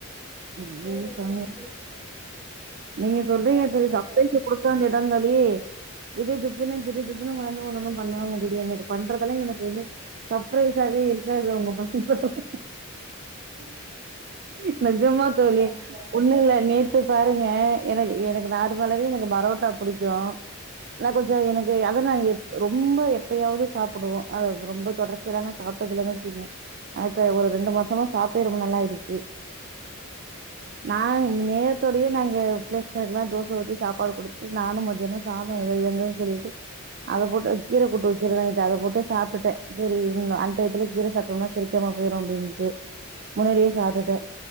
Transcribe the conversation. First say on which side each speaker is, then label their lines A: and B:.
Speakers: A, on the right; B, on the right.
A: சிரிச்சே
B: <unintelligible>
A: பேசக்கூடாது
B: நீங்க சொல்றீங்க
A: ஆமா தோழி
B: செரி சப்ரைஸ்
A: ச
B: குடுக்க வேண்டியது தான தோழி திடுதிப்புன்னு-திடுதிப்புன்னு
A: ம்
B: <unintelligible> பண்ணுவாங்க திடீர்னு இது பண்றதெல்லாம் எனக்கு வந்து சர்ப்பிரஸ்யாவே இருக்காது அவுங்க பண்ற
A: <inaudible>
B: <unintelligible> ஜமா தோழி
A: கண்டிப்பா கண்ணு
B: ஒன்னு இல்ல நேத்து
A: ம்
B: பாருங்க எனக்கு-எனக்கு நார்மலாவே எனக்கு பரோட்டா புடிக்கும் ஏனா கொஞ்ச எனக்கு அதை நா எப் ரொம்ப எப்யாவது சாப்புடுவோம் அது ரொம்ப தொடர்ச்சிய <unintelligible> சாப்பட்டதில்ல வெச்சுகங்க ஆ இப்ப ஒரு ரெண்டு மாசமா
A: ம் ம் ம்
B: சாப்ட்டே ரொம்ப நாளாயிடுச்சு
A: ம் ம் ம் ம் ம்
B: நா நேத் அத்தோடயே நாங்க பிள்ளைங்களுக்கெல்லா தோசை ஊத்தி சாப்பாடு குடுத்துட்டு நானும் மத்யானோ சாதோ ஏதோ இருந்ததுன்னு சொல்லிட்டு அத போட்டு கீரை கூட்டு வச்சுருந்தே நேத்து அத போட்டு சாப்டுட்டேன் செரி இருன்னு டயத்துல கீரை சாப்ட்டோம்னா செரிக்காம <unintelligible> அப்டின்ட்டு முன்னாடியே சாப்டுட்டே